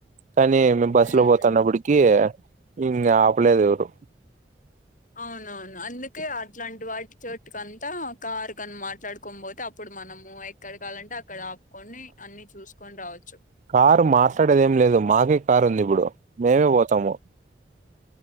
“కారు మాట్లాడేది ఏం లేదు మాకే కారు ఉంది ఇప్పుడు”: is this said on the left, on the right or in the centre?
Right